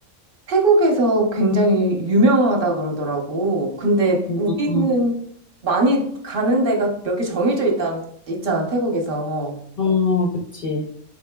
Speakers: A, on the right; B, on the left.
A: 태국에서 굉장히 유명하다 그러더라고. 근데
B: 음,
A: 우리는
B: 음,
A: 많이 가는 데가 몇 개 정해져 있다, 있잖아, 태국에서.
B: 어, 그치.